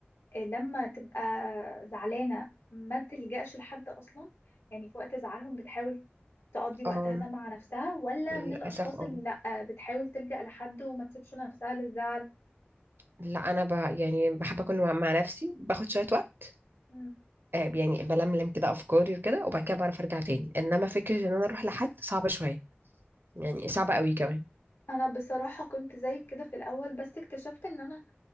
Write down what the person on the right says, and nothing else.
اه
للاسف
اه
لا انا ب... يعني بحب اكون مع مع نفسي باخد شويه وقت
آه، يعني بلملم كده افكاري وكده وبعد كده بعرف ارجع تاني انما فكره ان انا اروح لحد صعبه شويه يعني صعبه قوي كمان